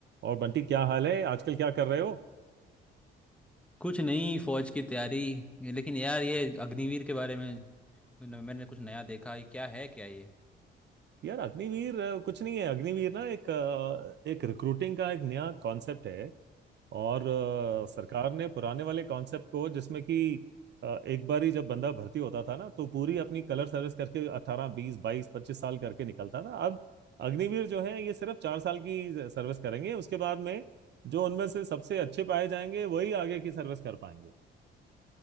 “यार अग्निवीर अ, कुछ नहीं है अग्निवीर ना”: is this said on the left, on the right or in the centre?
Right